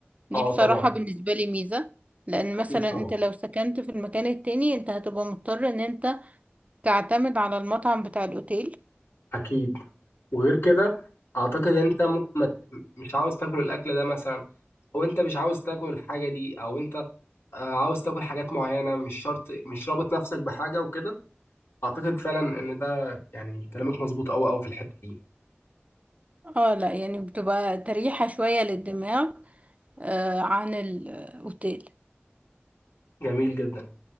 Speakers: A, on the right; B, on the left.
A: دي
B: اه
A: بصراحة
B: طبعا
A: بالنسبة لي ميزة لأن
B: اكيد
A: مثلا
B: طبعا
A: انت لو سكنت في المكان التاني انت هتبقى مضطر ان انت تعتمد على المطعم بتاع الأوتيل
B: اكيد وغير كده اعتقد انت ممكن ما ت- مش عاوز تاكل الاكل ده مثلا او انت مش عاوز تاكل الحاجه دي او انت آه، عاوز تاكل حاجات معينه مش شرط مش رابط نفسك بحاجه وكده اعتقد فعلا ان ده يعني كلامك مظبوط قوي قوي في الحته دي
A: اه لا يعني بتبقى تريحة شوية للدماغ آه عن الأوتيل
B: جميل جدا